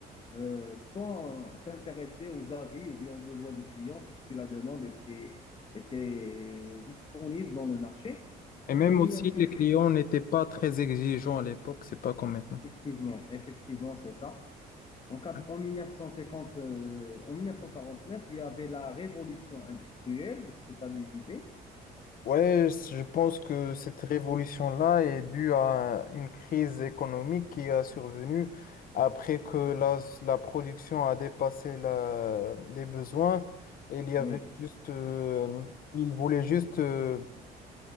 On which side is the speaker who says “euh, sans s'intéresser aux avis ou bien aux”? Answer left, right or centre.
Left